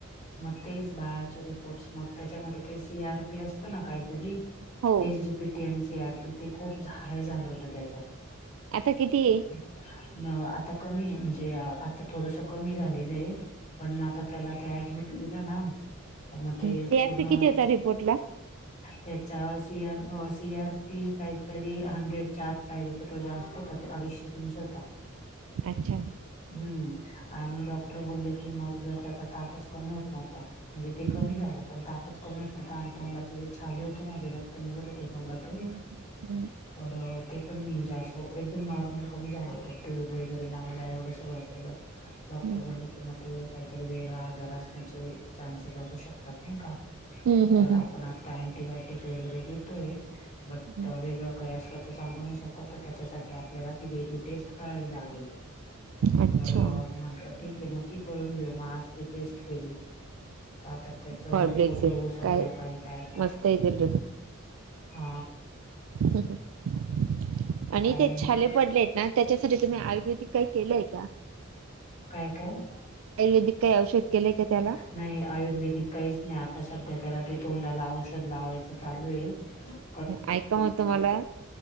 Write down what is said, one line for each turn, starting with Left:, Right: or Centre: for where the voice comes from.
Left: मग तेच बाळाचे रिपोर्टस मग त्याच्यामध्ये ते सी आर पीस ना काहीतरी
Right: हो
Left: एसडीपी टी आणि सी आरपी तेी खूप हाय झालं होत त्याच
Right: आता किती
Left: अ आता कमी आहे म्हणजे आ थोडसं कमी झालेलं आहे पण मग आता त्याला ते ऍडमिट केलं ना म ते
Right: सीआरपी
Left: पूर्ण
Right: किती होता रिपोर्टला
Left: त्याचा C R C R P काहीतरी हंड्रेड च पाहिजे पटो जास्त होता ते अडीचशे तीनशे होता
Right: अच्छा
Left: हम्म आणि डॉक्टर बोलले कि मग जर त्याचा तापच कमी होत नव्हता म्हणजे ते
Right: हम्म
Left: कमी झालं पण तापच कमी होत नव्हता आणि त छले होते नाझे रक्त निवट होत होतटून
Right: हम्म
Left: तर ते पण म्हणजे असं एकदम नॉर्मल कमी झालं होतं ट्यूब वगैरे लावलं एवढं सगळं केलो डॉक्टर
Right: हम्म
Left: बोलक म काहीतरी वेगळा आजार असण्याचे चान्सेस असू शकतात नाही का
Right: हम् हम्
Left: तर
Right: हम
Left: आपण आता अंटीबायोटिक वगैरे देतोय बट
Right: हम्म.
Left: वेगळं काही असत सांगून शकत तर त्याच्यासाठी आपल्याला ती वेगळी टेस्ट करावी लागेल
Right: अच्छा
Left: तर म्ह ठीक आहे म ती करून घेऊ मग आज ती टेस्ट केली सातत्याच
Right: गॉड
Left: रिपोर्ट
Right: ब्लेस यू
Left: बघू संध्याकाळी
Right: काय
Left: काययता
Right: मस्त येतील
Left: हा
Right: स आणि
Left: काय
Right: ते
Left: नाही,
Right: छाले पडले आहेत ना त्याच्यासाठी तुम्ही आयुर्वेदिक काही केलंय का
Left: काय काय
Right: आयुर्वेदिक काही औषध केलंय का त्याला
Left: नाही आयुर्वेदिक काहीच नाही आता सध्या त्याला ते तोंडाला औषध लावायचं चालू आहे हम
Right: ऐका मत मला